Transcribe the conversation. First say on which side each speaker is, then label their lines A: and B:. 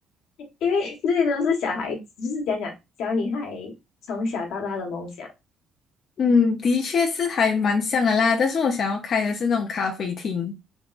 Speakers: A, on the left; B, on the left.
A: 因为 <laughs> 这些都是小孩子，就是讲讲小女孩从小到大的梦想。
B: 嗯，的确是还蛮像的啦，但是我想要开的是那种咖啡厅。